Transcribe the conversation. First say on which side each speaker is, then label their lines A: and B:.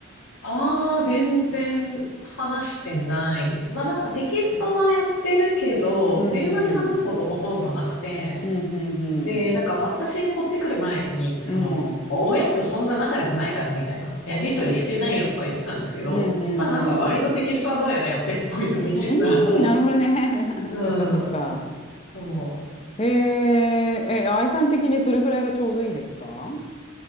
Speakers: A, on the left; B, on the left.
A: ああ、全然話してないです。まあなんかテキストはやってるけど、
B: んうん。
A: 電話で話すことほとんどなくて、
B: うん、うん、うん。
A: で、なんか私こっち来る前に、その、
B: うん、
A: 親とそんな仲良くないからみたいな、やりとりしてないよとか言ってたんですけど、
B: うん、うん。
A: まあなんか割とテキストはどうやらやってるっぽいなみたいな。
B: うんうーん、なるほどね。
A: <laughs> うん。
B: <laughs> そっか、そっか。
A: そう。
B: へえ、え、愛さん的にそれぐらいがちょうどいいですか